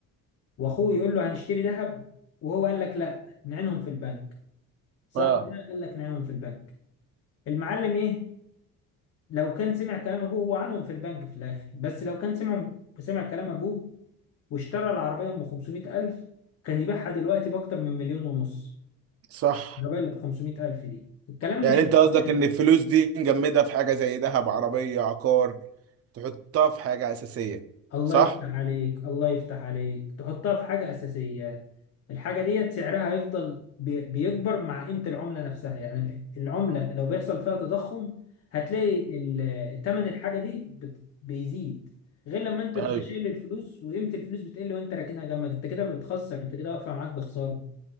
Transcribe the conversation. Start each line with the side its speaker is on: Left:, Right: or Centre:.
Left: واخوه يقول له هنشتري ذهب وهو قال لك لا نعينهم في البنك صاحبي
Right: اه
Left: ده قال لك نعينهم في البنك المعلم ايه لو كان سمع كلام ابوه هو عنهم في البنك في الاخر بس لو كان سمع سمع كلام ابوه واشترى العربيه ب 500000 كان يبيعها دلوقتي باكتر من مليون ونص
Right: صح
Left: العربيه اللي ب 500000 دي الكلام
Right: يعني
Left: مش
Right: انت
Left: من
Right: قصدك
Left: زمان.
Right: ان الفلوس دي نجمدها في حاجه زي ذهب عربيه عقار تحطها في حاجه اساسيه
Left: الله
Right: صح
Left: يفتح عليك الله يفتح عليك تحطها في حاجة أساسية الحاجة ديت سعرها هيفضل بي- بيكبر مع قيمة العملة نفسها يعني العملة لو بيحصل فيها تضخم هتلاقي ال- تمن الحاجة دي بت- بيزيد غير لما انت
Right: ايوه
Left: تبقى شايل الفلوس وقيمة الفلوس بتقل وانت راكنها جنبك انت كده بتخسر انت كده واقفة معاك بخسارة